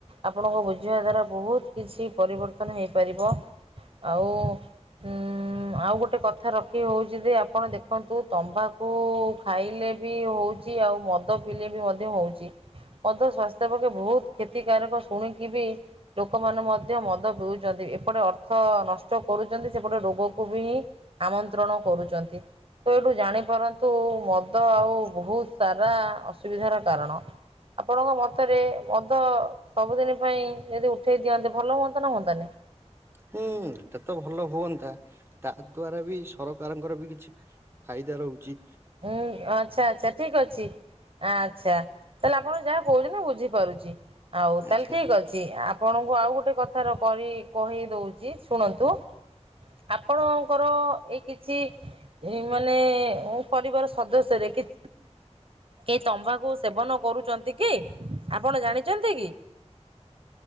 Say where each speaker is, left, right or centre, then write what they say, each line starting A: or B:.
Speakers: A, on the right; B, on the right.
A: ଆପଣଙ୍କ ବୁଝେଇବା ଦ୍ୱାରା ବହୁତ୍ କିଛି ପରିବର୍ତ୍ତନ ହେଇପାରିବ। ଆଉ ଉଁ ଆଉ ଗୋଟେ କଥା ରଖିବେ ହେଉଚି ଯଦି ଆପଣ ଦେଖନ୍ତୁ ତମ୍ବାକୁ ଖାଇଲେ ବି ହଉଚି ଆଉ ମଦ ପିଇଲେ ବି ମଧ୍ୟ ହଉଚି। ମଦ ସ୍ଵାସ୍ଥ୍ୟ ପକ୍ଷେ ବହୁତ କ୍ଷତିକାରକ ଶୁଣିକି ବି ଲୋକମାନେ ମଧ୍ୟ ମଦ ପିଉ ଚନ୍ତି। ଏପଟେ ଅର୍ଥ ନଷ୍ଟ କରୁଛନ୍ତି ସେପଟେ ରୋଗକୁ ବି ଆମନ୍ତ୍ରଣ କରୁଚନ୍ତି। ତ ଏଇଠୁ ଜାଣିପାରନ୍ତୁ ମଦ ଆଉ ବହୁତ ସାରା ଅସୁବିଧାର କାରଣ। ଆପଣଙ୍କ ମତରେ ମଦ ସବୁଦିନ ପାଇଁ ଯଦି ଉଠେଇ ଦିଅନ୍ତେ ଭଲ ହୁଅନ୍ତା ନା ହୁଅନ୍ତାନି?
B: ହୁଁ ଏଟା ତ ଭଲ ହୁଅନ୍ତା। ତା ଦ୍ଵାରା ବି ସରକାରଙ୍କର ବି କିଛି ଫାଇଦା ରହୁଚି।
A: ହୁଁ ଆଚ୍ଛା ଆଚ୍ଛା ଠିକ ଅଛି। ଆଚ୍ଛା ତାହେଲେ ଆପଣ ଯାହା କୋହୁଚନ୍ତି ମୁଁ ବୁଝିପାରୁଚି ଆଉ ତାହେଲେ
B: ଆଚ୍ଛା
A: ଠିକ ଅ ଛି ଆପଣଙ୍କୁ ଆଉ ଗୋଟେ କଥାର କହି କହି ଦୋଉଚି ଶୁଣନ୍ତୁ ଆପଣଙ୍କର ଏଇ କିଛି ଇଁ ମାନେ ଓ ପରିବାର ସଦସ୍ୟରେ କି କି ଏ ତମ୍ବାକୁ ସେବନ କରୁଚନ୍ତି କି ଆପଣ ଜାଣିଚନ୍ତି କି?